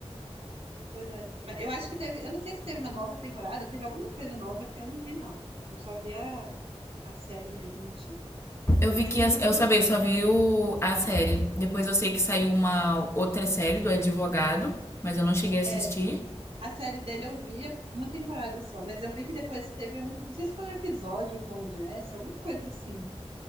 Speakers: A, on the right; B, on the left.
A: Pois é. Mas eu acho que teve. Eu não sei se teve uma nova temporada, teve alguma coisa nova que eu não vi, não. Eu só vi a, a série mesmo, antiga.
B: Eu
A: Depois
B: vi que.
A: teve.
B: Eu
A: Não,
B: sabia, só vi o- a série. Depois eu sei que saiu uma outra série do Advogado, mas eu não cheguei a assistir.
A: é, A série dele eu via uma temporada só, mas eu vi que depois teve um. Não sei se foi um episódio com o Jesse, alguma coisa assim.